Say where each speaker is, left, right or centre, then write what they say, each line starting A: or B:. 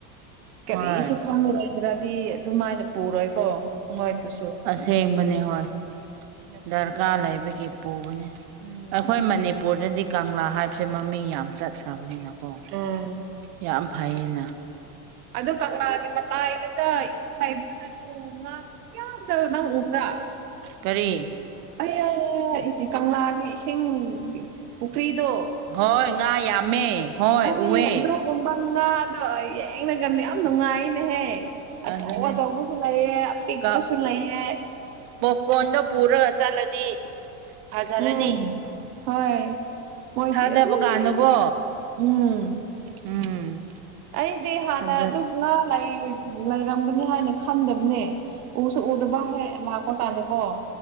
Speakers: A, on the right; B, on the right.
A: ꯀꯔꯤꯁꯨ
B: ꯍꯣꯏ
A: ꯈꯪꯂꯉꯔꯣꯏꯗ꯭ꯔꯗꯤ ꯑꯗꯨꯃꯥꯏꯅ ꯄꯨꯔꯣꯏꯀꯣ ꯃꯣꯏꯗꯨꯁꯨ
B: ꯑꯁꯦꯡꯕꯅꯤ ꯍꯣꯏ ꯗꯔꯀꯥꯔ
A: ꯄꯨꯔꯒ
B: ꯂꯩꯕꯒꯤ ꯄꯨꯕꯅꯤ
A: ꯎꯝ
B: ꯑꯩꯈꯣꯏ ꯃꯅꯤꯄꯨꯔꯗꯗꯤ ꯀꯪꯂꯥ ꯍꯥꯏꯕꯁꯦ ꯃꯃꯤꯡ ꯌꯥꯝ ꯆꯠꯈ꯭ꯔꯕꯅꯤꯅ ꯑꯣ
A: ꯎꯝ
B: ꯌꯥꯝ ꯐꯩꯌꯦꯅ
A: ꯑꯗꯨ ꯀꯪꯂꯥꯒꯤ ꯃꯇꯥꯏꯗꯒ ꯏꯁꯤꯡ ꯂꯩꯥꯏꯕꯗꯨꯗꯁꯨ ꯉꯥ ꯌꯥꯝꯗꯅ ꯎꯕ꯭ꯔꯥ
B: ꯀꯔꯤ
A: ꯑꯩ ꯀꯪꯂꯥꯒꯤ ꯏꯁꯤꯡ ꯄꯨꯈ꯭ꯔꯤꯗꯣ
B: ꯍꯣꯏ ꯉꯥ ꯌꯥꯝꯃꯦ ꯍꯣꯏ
A: ꯑꯩ
B: ꯎꯑꯦ
A: ꯑꯗꯨꯒꯨꯝꯕ ꯉꯥꯗꯣ ꯌꯦꯡꯅꯒ ꯌꯥꯝ ꯅꯨꯡꯉꯥꯏꯅꯦꯍꯦ
B: ꯑꯗꯨꯅꯦ
A: ꯑꯆꯧ ꯑꯆꯧꯕꯁꯨ ꯂꯩꯑꯦ ꯑꯄꯤꯛꯄꯁꯨ
B: ꯀ
A: ꯂꯩꯑꯦ
B: ꯄꯣꯞꯀꯣꯔꯟꯗꯣ ꯄꯨꯔꯒ ꯆꯠꯂꯗꯤ ꯐꯖꯔꯅꯤ
A: ꯎꯝ ꯍꯣꯏ ꯃꯣꯏꯗꯤ
B: ꯊꯥꯖꯕ
A: ꯑꯗꯨꯝ
B: ꯀꯥꯅꯨꯀꯣ
A: ꯎꯝ
B: ꯎꯝ
A: ꯑꯩꯗꯤ ꯍꯥꯟꯅ
B: ꯑꯗ
A: ꯑꯗꯨꯅ ꯂꯩꯔꯝꯒꯅꯤ ꯍꯥꯏꯅ ꯈꯟꯗꯕꯅꯦ ꯎꯁꯨ ꯎꯗꯕ ꯍꯦꯛ ꯂꯥꯛꯄ ꯇꯥꯅꯤꯀꯣ